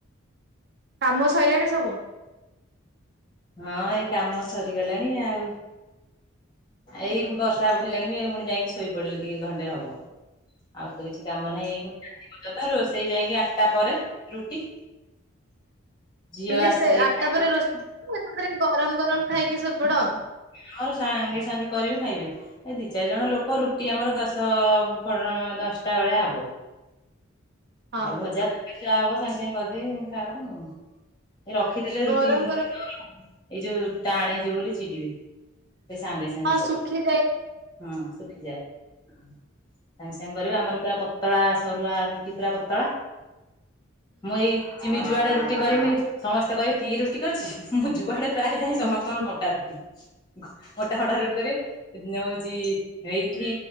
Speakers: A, on the right (about 55°); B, on the left (about 20°).
A: କାମ ସଇଲାଣି ସବୁ?
B: ହଁ ଏଇ କାମ ସରିଗଲାଣି ଆଉ। ଏଇ ବର୍ଷା ଉଠେଇଲାଣି ବେ ପୁଣି ଯାଇକି ଶୋଇ ପଡିଲେ ଟିକେ ଘଣ୍ଟେ ହବ। ଆଉ ତ କିଛି କାମ ନାହିଁ ଏଇଖିଣିକା। ଯେ ପର୍ଯ୍ୟନ୍ତ ରୋଷେଇ ଯାଇକି ଆଟା ପରେ ରୁଟି। ଝିଅ
A: ହେଲେ
B: ଆସିଲେ
A: ସେ ଆଟା
B: ଖାଇବ
A: ପରେ ରୋଷ
B: କଣ
A: <inaudible> ମୁଁ ଏକାଥରେ ମୁଁ ଗରମ ଗରମ ଖାଇକି ଶୋଇପଡ।
B: ଆମର ସାଙ୍ଗେ ସାଙ୍ଗେ କରିବି ଖାଇବେ, ଏ ଦି ଚାରି ଜଣ ଲୋକ ରୁଟି ଆମର ଦଶ ତ <unintelligible> ଦଶଟା ଭଳିଆ ହବ।
A: ହଁ
B: ଆଉ ଭଜା <unintelligible> ହବ ସାଙ୍ଗେ ସାଙ୍ଗେ କରିଦେଇ ଖାଉ। ଏ ରଖିଦେଲେ
A: ଗରମ
B: ରୁଟି <inaudible> ଏଇ
A: ଗରମ
B: ଯୋଉ ଟାଣ ହେଇଯିବ ବୋଲି ଚିଡିବେ। ସେ ସାଙ୍ଗେ ସାଙ୍ଗେ
A: ହଁ
B: ସାଙ୍ଗେ ସରିବୁ
A: ଶୁଖିଯାଏ
B: ହଁ ଶୁଖିଯାଏ। ସାଙ୍ଗେ ସାଙ୍ଗେ କରିବ, ଆମର ପୁରା ପତଳା ସରୁଆ ରୁଟି ପୁରା ପତଳା। ମୁଁ ଏଇ ଚିମି ଯୁଆଡେ ରୁଟି କରିମି ସମସ୍ତେ କହିବେ, କିଏ ରୁଟି କରିଛି? ମୁଁ ଯୁଆଡେ ଯୁଆଡେ ଯାଏ
A: ହୁଁ
B: ସମସ୍ତଙ୍କର ମୋଟା ରୁଟି। ଘ- ମୋଟା ମୋଟା ରୁଟି କରିବେ। ନେ ହଉଚି ଏଇଠି ବି